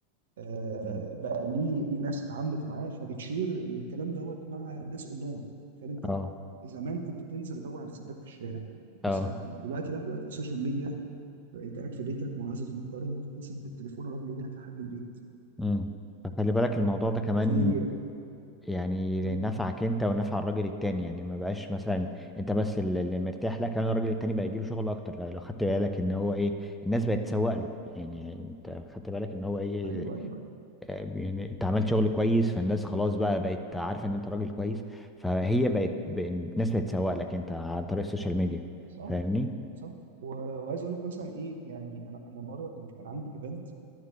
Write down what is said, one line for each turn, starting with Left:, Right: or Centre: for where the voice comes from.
Right: آه،
Centre: امم.
Right: بقى ليه ليه ناس اتعاملت معاه فبتشير الكلام دوت مع ناس اونلاين تخيل انت
Centre: اه
Right: زمان كنت تنزل تدور على سباك في الشارع وتسال
Centre: اه
Right: دلوقتي لا دلوقتي السوشيال ميديا انت قاعد في بيتك معزز مكرم وتتصل بالتليفون الراجل يجي لك لحد البيت
Centre: امم فخلي بالك الموضوع ده كمان
Right: في
Centre: يعني
Right: مم.
Centre: نفعك انت ونفع الراجل التاني يعني ما بقاش مثلا انت بس اللي اللي مرتاح لا كمان الراجل التاني بقى يجيله شغل اكتر لو لو خدت بالك ان هو ايه الناس بقت تسوق له يعني انت خدت بالك ان هو ايه
Right: ايوه ايوه
Centre: اه، يعني انت عملت شغل كويس فالناس خلاص بقى بقت عارفه ان انت راجل كويس فهي بقت ب- الناس بقت تسوق لك انت عن طريق السوشيال ميديا
Right: صح
Centre: فاهمني؟
Right: صح و- وعايز اقول لك مثلا ايه يعني انا انا مره كنت كان عندي ايفنت